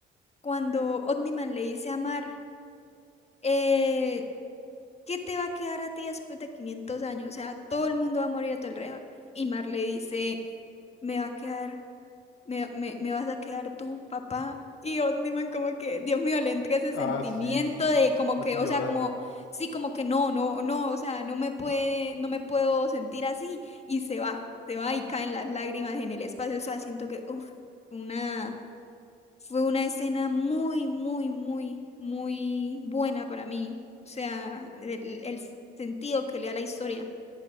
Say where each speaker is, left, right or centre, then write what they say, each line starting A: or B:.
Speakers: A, on the left; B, on the left.
A: cuando Omniman le dice a Mar, eh, ¿Qué te va a quedar a ti después de 500 años? O sea, todo el mundo va a morir a tu alrededor. Y Mar le dice, me va a quedar, me, me, me vas a quedar tú, papá. Y Omniman como que, Dios mío, le entra ese
B: Ah,
A: sentimiento
B: sí, sí, sí.
A: de como
B: Casi
A: que, o
B: llora.
A: sea, como, sí, como que no, no, no, o sea, no me puede, no me puedo sentir así. Y se va, se va y caen las lágrimas en el espacio. O sea, siento que, uff, una fue una escena muy, muy, muy, muy buena para mí. O sea, el, el sentido que le da la historia.